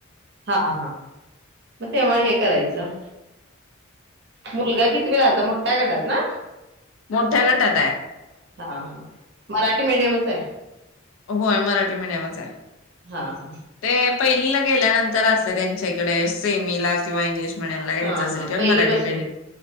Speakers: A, on the right; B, on the left.
A: हा हा म तेव्हा हे करायचं, मुलगा कितवी ला आता मोठ्या गटात ना.
B: मोठ्या गटात आहे.
A: हा हा मराठी मीडियमच आहे.
B: होय मराठी मिडियमच आहे,
A: हा हा
B: ते पहिलिला गेल्यानंतर असतय, त्यांच्याइकडे सेमी ला किंव्हा इंग्लिश मिडीयमला घ्यायचं
A: हा
B: आसेल,
A: हा
B: किंवा
A: पहिलीपासून
B: मराठी मिडीयम